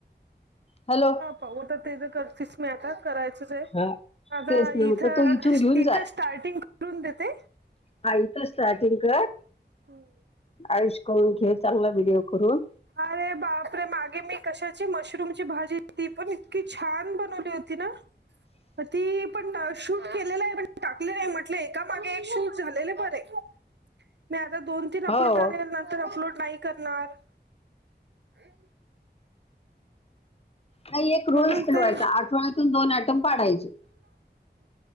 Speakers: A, on the left (about 35°); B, on the right (about 70°).
A: हॅलो
B: हा पाहू तर ते तर करतेच म्या तर करायचच हाय.
A: हा
B: आता
A: तेच ना
B: इथं,
A: तर तो इथून घेऊन
B: इथं
A: जाय
B: स्टार्टिंग करून देते.
A: हा इथं स्टार्टिंग कर
B: हम <unintelligible>
A: ऐश करून घे, चांगला व्हिडिओ करून
B: अरे बापरे मागे मी कशाची मशरूमची भाजी ती पण इतकी छान बनवली होती ना.
A: ह <unintelligible>
B: ती पण शूट केलेलयं पण टाकले म्हंटले एका मागे एक शूट झालेले बरे मी आता दोन तीन
A: हो
B: अपलोड करेल नंतर अपलोड नाही करणार. हम् <unintelligible>
A: नाही एक रूल्स
B: म्हणून
A: ठेवायचा
B: ते
A: आठवड्यातून दोन ऍटम पाडायचे.